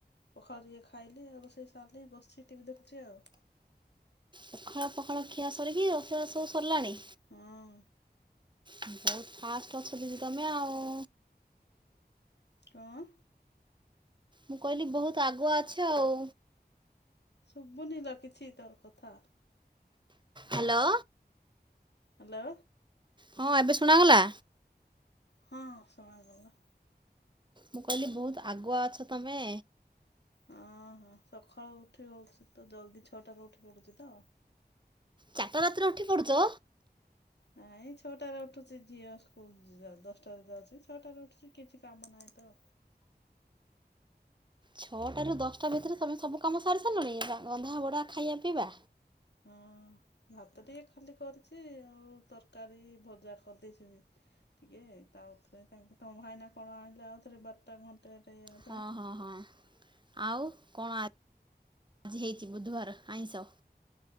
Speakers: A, on the left; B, on the right.
A: ପଖାଳ ଯୁଡେ ଖାଇଲି ଆଉ ରୋଷେଇ ସାରିଲି ବସିଛି ଟିଭି ଦେଖୁଛି ଆଉ।
B: ପଖାଳ ପଖାଳ ଖିଆ ସରିକି ରୋଷେଇ ବାସ ସବୁ ସରିଲାଣି।
A: ହଁ।
B: ବହୁତ ଫାଷ୍ଟ ଅଛ ଦିଦି ତମେ ଆଉ।
A: କଣ?
B: ମୁଁ କହିଲି ବୋହୁତ ଆଗୁଆ ଅଛ ଆଉ।
A: ଶୁଭୁନି ଲୋ କିଛି ତୋର କଥା।
B: ହାଲୋ।
A: ହାଲୋ।
B: ହଁ ଏବେ ଶୁଣାଗଲା।
A: ହଁ ହଁ ଶୁଣାଗଲା।
B: ମୁଁ କହିଲି ବହୁତ ଆଗୁଆ ଅଛ ତମେ।
A: ହଁ ହଁ ସଖାଳୁ ଉଠି ପଡୁଛି ତ ଜଲଦି ଛଅଟାରୁ ଉଠି ପଡ଼ୁଛି ତ।
B: ଚାରିଟା ରାତିରୁ ଉଠି ପଡୁଛ?
A: ନାଇଁ ଛଅଟାରେ ଉଠୁଛି ଝିଅ ସ୍କୁଲ ଦଶଟାରେ ଯାଉଛି। ଛଅଟାରେ ଉଠୁଛି କିଛି କାମ ନାହିଁ ତ।
B: ଛଅଟାରୁ ଦଶଟା ଭିତରେ ତମେ ସବୁ କାମ ସାରି ସାରିଲଣି ରନ୍ଧା ବଢା ଖାଇବା ପିଇବା।
A: ହଁ ଭାତ ଟିକେ ଖାଲି କରିଛି ଆଉ ତରକାରୀ ଭଜା କରିଦେଇଛି। ଟିକେ ତାରେ ତାଙ୍କେ ତମ ଭାଇନା କଣ ଆଣିଲେ ଆଉଥରେ ବାରଟା ଘଣ୍ଟା <unintelligible>
B: ହଁ ହଁ ହଁ ଆଉ କଣ ଆଜି ହେଇଛି ବୁଧବାର ଆଇଁଷ?